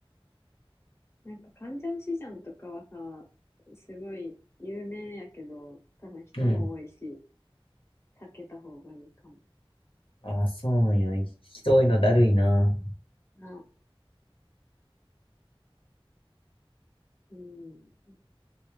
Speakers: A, on the left; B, on the left.
A: なんか、カンジャンシジャンとかはさ、すごい有名やけど、多分人も多いし、
B: うん。
A: 避けた方がいいかも。
B: ああ、そうなんや。人多いのだるいな。
A: な、うん。